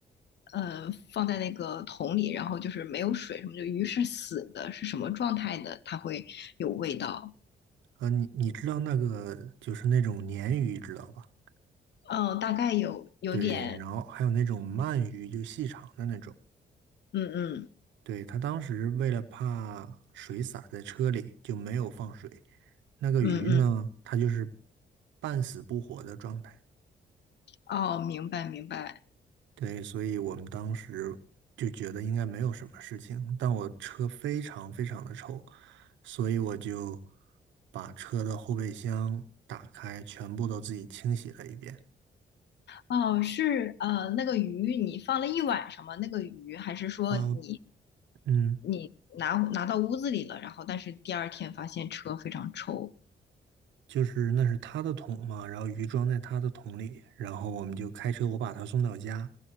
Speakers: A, on the left (about 65°); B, on the right (about 80°).
A: 呃放在那个桶里，然后就是没有水什么的，鱼是死的，是什么状态的？它会有味道？
B: 呃，你你知道那个就是那种鲶鱼，知道吧？
A: 嗯，大概有有点，
B: 对，然后还有那种鳗鱼，就细长的那种。
A: 嗯嗯
B: 对，他当时为了怕水洒在车里，就没有放水。那个鱼呢，
A: 嗯嗯，
B: 它就是半死不活的状态。
A: 哦，明白明白。
B: 对，所以我们当时就觉得应该没有什么事情。但我车非常非常的臭，所以我就把车的后备箱打开，全部都自己清洗了一遍。
A: 哦，是呃，那个鱼你放了一晚上吗？那个鱼还是说你
B: 啊，嗯。
A: 你拿拿到屋子里了，然后但是第二天发现车非常臭？
B: 就是那是他的桶嘛，然后鱼装在他的桶里，然后我们就开车，我把他送到家，